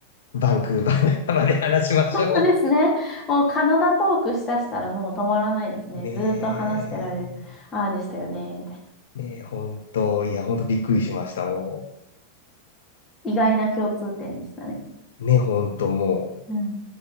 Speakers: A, on the left; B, on the left.
A: バンクーバー仲間で話しましょ
B: そうですね。もうカナダトークしだしたらもう止まらないですね。
A: う。<laughs> ねえ、
B: ずーっと話してられる。ああでしたよね、みたいな。
A: ねえ、ほんと、いや、ほんとびっくりしました、も
B: 意外な共通点でしたね。
A: う。ねほんともう。
B: うん